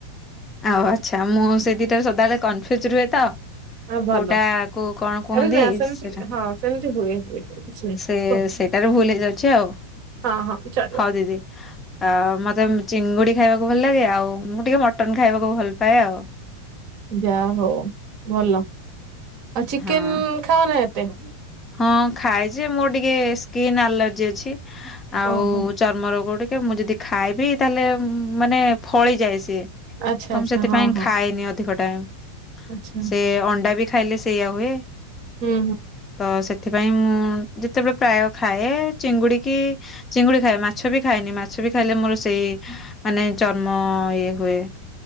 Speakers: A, on the left (about 20°); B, on the right (about 45°).
A: ଆଉ ଆଚ୍ଛା। ମୁଁ ସେ ଦିଟାରେ ସଦାବେଳେ କନଫ୍ୟୁଜ୍ ରୁହେ ତ
B: ହଁ ଭଲ
A: କୋଉଟା କୁ କଣ କୁହନ୍ତି,
B: ଆରେ ନା ସେମିତି
A: ସେଇଟା।
B: ହଁ ସେମିତି ହୁଏ ହୁଏ କିଛି ନାହିଁ
A: ସେ
B: କୁହ।
A: ସେଇଟାରେ ଭୁଲ ହେଇଯାଉଛି ଆଉ।
B: ହଁ ହଁ ଚଳିବ।
A: ହଉ ଦିଦି ଆ ମତେ ଚିଙ୍ଗୁଡି ଖାଇବାକୁ ଭଲ ଲାଗେ, ଆଉ ମୁଁ ଟିକେ ମଟନ୍ ଖାଇବାକୁ ଭଲ ପାଏ ଆଉ।
B: ଯାହଉ ଭଲ। ଆଉ ଚିକେନ
A: ହଁ
B: ଖାଅନା ଏତେ?
A: ହଁ ଖାଏ ଯେ, ମୋର ଟିକେ ସ୍କିନ୍ ଆଲର୍ଜି ଅଛି ଆଉ
B: ଓହୋ
A: ଚର୍ମ ରୋଗ ଟିକେ ଏବେ ମୁଁ ଯଦି ଖାଇବି, ତାହେଲେ ମାନେ ଫଳିଯାଏ ସିଏ।
B: ଆଚ୍ଛା
A: ତ
B: ଆଚ୍ଛା
A: ମୁଁ ସେଥିପାଇଁ
B: ହଁ ହଁ
A: ଖାଏନି ଅଧିକ ଟା ଟା।
B: ଆଚ୍ଛା
A: ସେ ଅଣ୍ଡା ବି ଖାଇଲେ ସେଇଆ ହୁଏ।
B: ହୁଁ ହୁଁ।
A: ତ ତ ସେଥିପାଇଁ ମୁଁ ଯେତେବେଳେ ପ୍ରାୟ ଖାଏ, ଚିଙ୍ଗୁଡି କି ଚିଙ୍ଗୁଡି ଖାଏ, ମାଛ ବି ଖାଏନି। ମାଛ ବି ଖାଇଲେ ମୋର ସେଇ, ମାନେ ଚର୍ମ ଇଏ ହୁଏ।